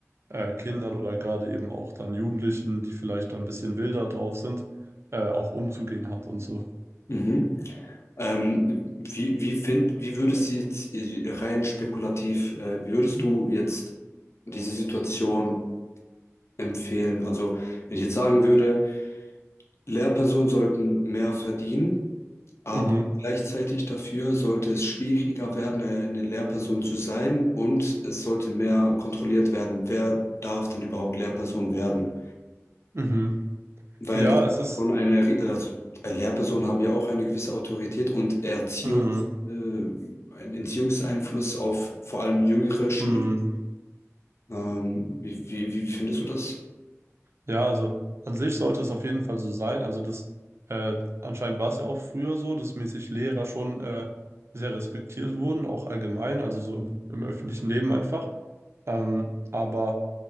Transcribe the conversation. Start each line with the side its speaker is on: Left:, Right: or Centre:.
Right: äh, Kindern oder gerade eben auch dann Jugendlichen, die vielleicht dann ein bisschen wilder drauf sind, äh, auch umzugehen hat und so.
Left: Mhm. Ähm, wie, wie find, wie würdest du jetzt äh, rein spekulativ, äh, wie würdest du jetzt diese Situation empfehlen? Also, wenn ich jetzt sagen würde, Lehrpersonen sollten mehr verdienen, Aber
Right: Mhm,
Left: gleichzeitig dafür sollte es schwieriger werden, eine eine Lehrperson zu sein und es sollte mehr kontrolliert werden, wer darf denn überhaupt Lehrperson werden.
Right: mhm.
Left: Weil
Right: Ja,
Left: das ist
Right: es ist,
Left: schon eine, ri- also äh, Lehrpersonen haben ja auch eine gewisse Autorität und Erziehungs,
Right: mhm,
Left: äh, einen Erziehungseinfluss auf vor allem jüngere Schüler.
Right: mhm.
Left: Ähm, wie, wie, wie findest du das?
Right: Ja, also an sich sollte es auf jeden Fall so sein. Also das, äh, anscheinend war es ja auch früher so, dass mäßig Lehrer schon äh, sehr respektiert wurden, auch allgemein, also so im, im öffentlichen Leben einfach. Ähm, aber